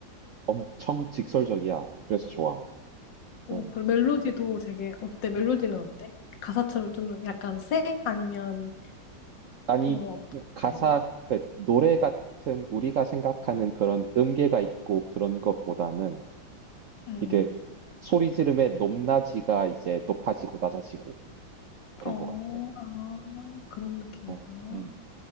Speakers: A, on the right (about 65°); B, on the left (about 65°).
A: 엄청 직설적이야. 그래서 좋아.
B: 어,
A: 어.
B: 그 멜로디도 되게 어때? 멜로디는
A: 음.
B: 어때? 가사처럼 좀 약간 세? 아니면
A: 아니,
B: 좀 어떤
A: 가사,
B: 스타일이야?
A: 그 노래 같은 우리가 생각하는 그런 음계가 있고 그런 것보다는
B: 응.
A: 이게 소리 지름의 높낮이가 이제 높아지고 낮아지고 그런
B: 응. 어,
A: 것 같아.
B: 아, 그런 느낌이구나.
A: 어, 음.